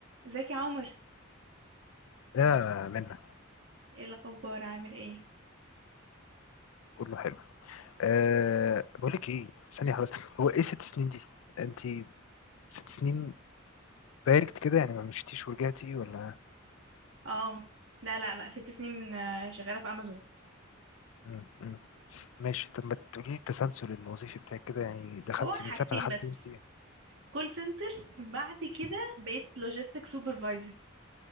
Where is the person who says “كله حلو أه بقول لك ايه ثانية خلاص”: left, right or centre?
Left